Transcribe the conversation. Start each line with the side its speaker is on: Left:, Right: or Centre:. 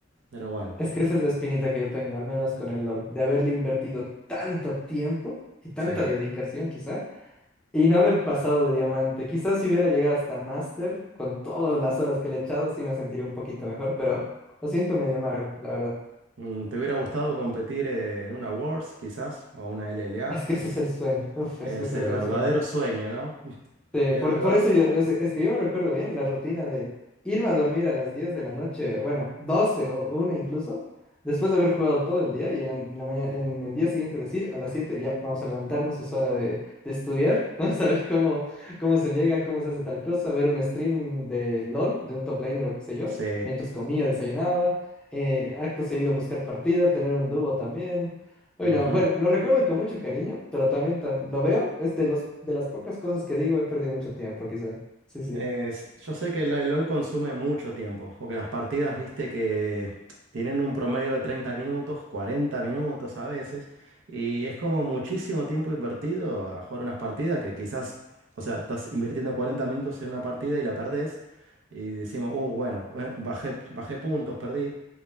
Right: Pero bueno.
Centre: Es que esa es la espinita que yo tengo, al menos con el LOL, de haberle invertido tanto tiempo y tanta
Right: Sí.
Centre: dedicación quizá, y no haber pasado de diamante. Quizás si hubiera llegado hasta máster, con todas las horas que le he echado, sí me sentiría un poquito mejor, pero lo siento medio amargo, la verdad.
Right: Mm, ¿Te hubiera gustado competir eh, en una Worlds, quizás, o una LLA?
Centre: Es que ese
Right: <laughs>
Centre: es el sueño. Uf,
Right: Es
Centre: es que ese
Right: el
Centre: era
Right: verdadero
Centre: el sueño.
Right: sueño, ¿no?
Centre: Sí,
Right: El
Centre: por,
Right: ver-
Centre: por eso yo, es, es que yo me recuerdo bien la rutina de irme a dormir a las 10 de la noche, bueno, 12 o una incluso, después de haber jugado todo el día y en la, en la mañana, en el día siguiente decir a las siete ya, vamos a levantarnos, es hora de, de estudiar, <laughs> vamos a ver cómo, cómo se llega, cómo se hace tal cosa, ver un streaming de LOL, de un top laner o qué sé yo,
Right: Sí.
Centre: mientras comía, desayunaba, eh, acto seguido buscar partida, tener un dúo también. Bueno,
Right: ujú.
Centre: bueno, lo recuerdo con mucho cariño, pero también tam- lo veo. Es de los de las pocas cosas que digo, he perdido mucho tiempo, quizá. Sí, sí.
Right: Es- yo sé que el, el LOL consume mucho tiempo, porque las partidas, viste, que tienen un promedio de 30 minutos, 40 minutos a veces, y es como muchísimo tiempo invertido a jugar unas partidas que quizás, o sea, estás invirtiendo 40 minutos en una partida y la perdés, y decimos, oh, bueno, eh, bajé, bajé puntos, perdí.